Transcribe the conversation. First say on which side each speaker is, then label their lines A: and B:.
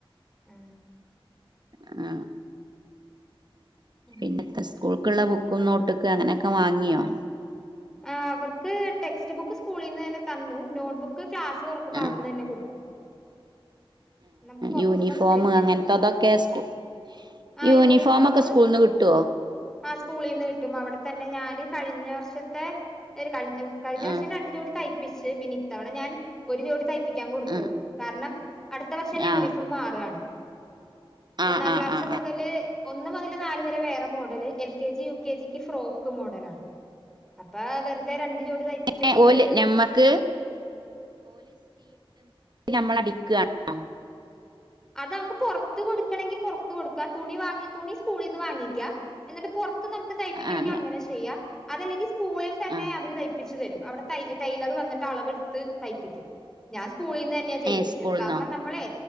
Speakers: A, in the centre; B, on the right.
A: ആ
B: ആ
A: ഉം.
B: പിന്നത്തെ സ്കൂൾ ക്കുളള ബുക്കും നോട്ടുക്കും അങ്ങനെക്കേ വാങ്യോ
A: ആ അവർക്ക് ടെക്സ്റ്റ് ബുക്ക് സ്കൂളീന്നെന്നെ തന്നു നോട്ട്ബുക്ക് ക്ലാസ് തുറക്കുമ്പോ അവിടെന്ന്
B: ആഹ്
A: തന്നെ കൊടുക്കും നമുക്ക് പൊറത്തുന്നൊന്നും
B: യൂണിഫോം
A: മേടിക്കണ്ട
B: അങ്ങനത്തതൊക്കെ സ്കൂ
A: ആ
B: യൂണിഫോമൊക്കെ
A: യൂണിഫോമ്
B: സ്കൂൾന്ന് കിട്ടുവോ
A: ആ സ്കൂളിൽന്ന് കിട്ടും അവിടെ തന്നെ ഞാന് കഴിഞ്ഞ വർഷത്തെ ഒരു ക കഴിഞ്ഞ
B: ആ
A: വർഷം രണ്ടു ജോടി തയ് പ്പിച്ച് പിന്നെ ഇത്തവണ ഞാൻ ഒരു ജോടി ത പ്പിക്കാൻ കൊടുത്തുള്ളൂ
B: ആ
A: കാരണം ടുത്ത വർഷം യൂണിഫോം
B: ആ
A: മാറാണ്
B: ആ
A: ഒന്നാം
B: ആ
A: ക്ലാസ്സ്
B: ആ
A: മുതല് ഒന്ന് മുതല് നാല് വരെ വേറെ model L K G U K ജിക്ക് ഫ്രോക്ക് മോഡലണ അപ്പ വെറുതെ രണ്ട് ജോടി തയ്പ്പിച്ചിട്ട്
B: ആ
A: ഈ
B: ഓല്
A: ഒരു
B: ഞമ്മക്ക് നമ്മളടിക്കാണോ
A: അത് നമ്മക്ക് പൊറത്ത് കൊടുക്കണങ്കി പൊറത്ത് കൊടുക്ക തുണി വാങ്ങി തുണി സ്കൂളിന്ന് വാങ്ങിക്ക ന്ന്ട്ട് പൊറത്ത് ത്ത് നമ്മക്ക് തയ്പ്പിക്കണെങ്കി
B: ആ
A: അങ്ങനെ ചെയ്യാ അതല്ലെങ്കിൽ സ്കൂളിൽ തന്നെ
B: ആ
A: അവര് തയ്പിച്ചുതരും അവിടെ ത ടൈലർ വന്നിട്ട് അളവെട്ത്ത് തയ്പിക്കും ഞാൻ സ്കൂളിന്നെന്ന ചെയ്യിപ്പിച്ചത്
B: ഏ സ്കൂൾന്നോ
A: കാരണം നമ്മളെ